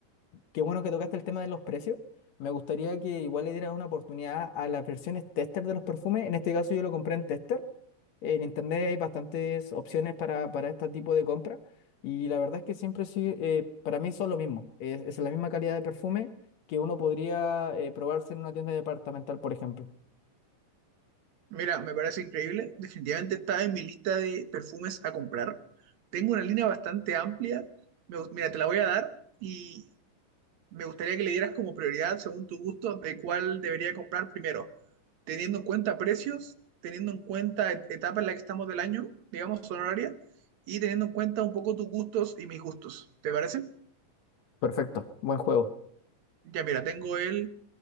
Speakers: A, on the left (about 65°); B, on the right (about 65°).
A: Qué bueno que tocaste el tema de los precios. Me gustaría que igual le dieras una oportunidad a las versiones tester de los perfumes. En este caso yo lo compré en tester. En internet hay bastantes opciones para, para este tipo de compra. Y la verdad es que siempre sí, eh, para mí son lo mismo. Es, es la misma calidad de perfume que uno podría eh, probarse en una tienda departamental, por ejemplo.
B: Mira, me parece increíble. Definitivamente está en mi lista de perfumes a comprar. Tengo una línea bastante amplia. Me gust- mira, te la voy a dar y me gustaría que le dieras como prioridad, según tu gusto, de cuál debería comprar primero. teniendo en cuenta precios, teniendo en cuenta et- etapa en la que estamos del año, digamos, horaria, y teniendo en cuenta un poco tus gustos y mis gustos. ¿Te parece?
A: Perfecto, buen juego.
B: Ya mira, tengo el,